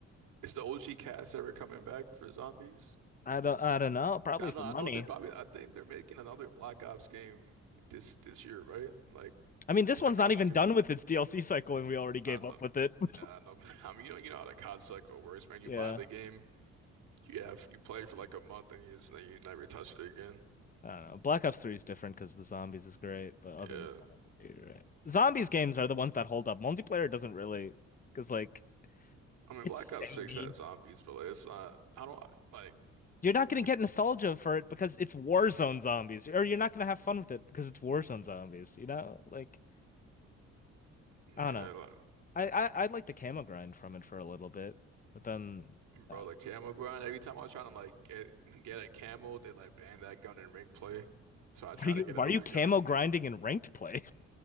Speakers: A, on the right; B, on the left.
A: Is the OG cast ever coming back for zombies?
B: I don't I don't know. Probably
A: I
B: for
A: know, I
B: money.
A: know they're probably. I think they're making another Black Ops game this this year, right? Like
B: I mean, this
A: Black
B: one's not
A: Ops
B: even
A: 2.
B: done with its DLC cycle and we already gave
A: I know,
B: up with it. <laughs>
A: I know. <laughs> I mean, you know, you know how the COD cycle works, man. You
B: Yeah.
A: buy the game, you have you play for like a month, and you just you never touched it again.
B: I don't know. Black Ops 3 is different because the zombies is great, but other
A: Yeah,
B: than that, you're right. Zombies games are the ones that hold up. Multiplayer doesn't really because like
A: I mean,
B: it's
A: Black Ops
B: samey.
A: 6 had zombies, but like, it's not. I don't like
B: You're not gonna
A: the.
B: get nostalgia for it because it's Warzone zombies, or you're not gonna have fun with it because it's Warzone zombies, you know? Like
A: Yeah,
B: I don't know.
A: like,
B: I, I I like the camo grind from it for a little bit, but then uh,
A: bro, the camo grind. Every time I was trying to like get get a camo, they like banned that gun in ring play. So I
B: <laughs>
A: try
B: are you
A: to get
B: why
A: another
B: are you camo
A: gun.
B: grinding in ranked play?